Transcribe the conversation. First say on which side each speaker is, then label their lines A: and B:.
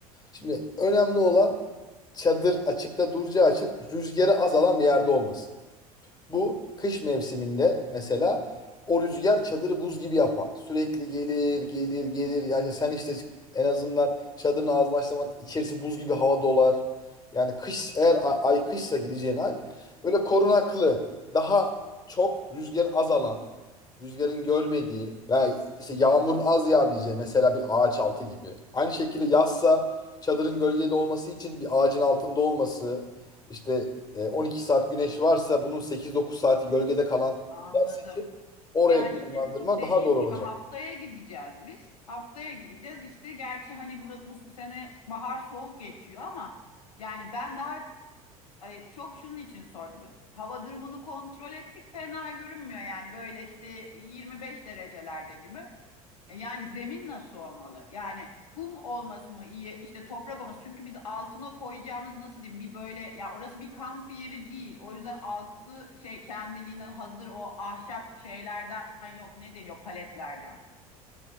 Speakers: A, on the left (about 20°); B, on the left (about 80°).
A: Şimdi önemli olan çadır açıkta duracağı için rüzgarı azalan bir yerde olması. Bu kış mevsiminde mesela o rüzgar çadırı buz gibi yapar. Sürekli gelir, gelir, gelir. Yani sen işte en azından çadırın ağzını açtığın zaman içerisi buz gibi hava dolar. Yani kış eğer a- ay kışsa gideceğin ay böyle korunaklı, daha çok rüzgarın azalan, rüzgarın görmediği veya işte yağmurun az yağabileceği mesela bir ağaç altı gibi. Aynı şekilde yazsa çadırın gölgede olması için bir ağacın altında olması, işte e, 12 saat güneş varsa bunun 8-9 saati gölgede kalan
B: anladım.
A: yer seçip oraya
B: Yani işte
A: konumlandırman
B: dediğim
A: daha doğru
B: gibi
A: olacak.
B: haftaya gideceğiz biz. Haftaya gideceğiz işte. Gerçi hani bura, bu sene bahar soğuk geçiyor ama yani ben daha Ay, çok şunun için sordum. Hava durumunu kontrol ettik. Fena görünmüyor yani böyle işte 25 derecelerde gibi. E, Yani zemin nasıl olmalı? Yani kum olması mı iyi? işte toprak olması. Çünkü biz altına koyacağımız nasıl diyeyim bir böyle ya orası bir kamp yeri değil. O yüzden altı şey kendiliğinden hazır o ahşap şeylerden yok. Ne deniyor? Paletlerden.